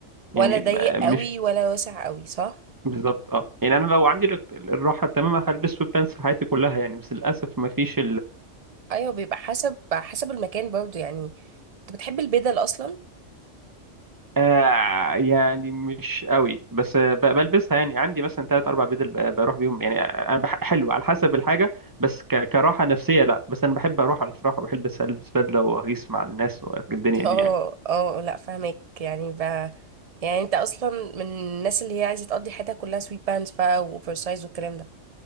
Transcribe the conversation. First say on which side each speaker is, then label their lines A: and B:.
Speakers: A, on the right; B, on the right.
A: يعني
B: ولا ضيق
A: آه، مش
B: قوي ولا واسع قوي صح
A: بالظبط اه يعني انا لو عندي ال- الراحه التامه هلبس سويت بانس في حياتي كلها يعني بس للاسف ما فيش
B: ايوه بيبقى حسب حسب المكان برضو يعني انت بتحب البدل اصلا
A: آه يعني مش قوي بس آه، ب- بلبسها يعني عندي مثلا ثلاث اربع بدل ب- بروح بيهم يعني انا بح- حلو على حسب الحاجه بس ك- كراحه نفسيه لا بس انا بحب اروح على الافراح وبحب البس البس بدله واغيس مع الناس والدنيا
B: <laughs>
A: دي
B: اه
A: يعني
B: اه لا فاهمك يعني ب... يعني انت اصلا من الناس اللي هي عايزه تقضي حياتها كلها سويت بانز بقى واوفر سايز والكلام ده